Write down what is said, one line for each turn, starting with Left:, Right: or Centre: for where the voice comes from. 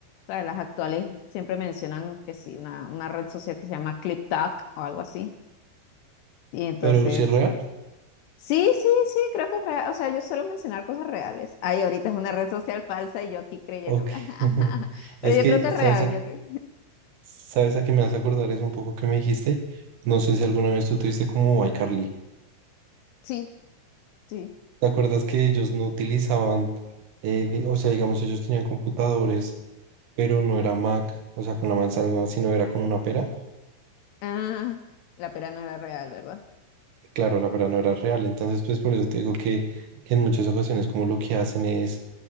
Left: sea, las actuales siempre mencionan que sí, una, una red social que se llama ClipTalk o algo así. Y entonces,
Right: pero si es real,
Left: sí, sí, sí, creo que es real. O sea, yo suelo mencionar cosas reales. Ay, ahorita es una red social falsa y yo aquí creyendo.
Right: ok.
Left: <laughs>
Right: <laughs> Es
Left: Pero yo
Right: que,
Left: creo que es
Right: ¿sabes
Left: real,
Right: a, qué-
Left: yo creo.
Right: sabes a qué me hace acordar? Es un poco que me dijiste, no sé si alguna vez tú te viste como iCarly.
Left: Sí, sí.
Right: ¿Te acuerdas que ellos no utilizaban, eh, di- o sea, digamos, ellos tenían computadores, pero no era Mac, o sea, con la manzana, sino era con una pera?
Left: Ah, la pera no era real, ¿verdad?
Right: Claro, la verdad no era real. Entonces, pues por eso te digo que, que en muchas ocasiones como lo que hacen es,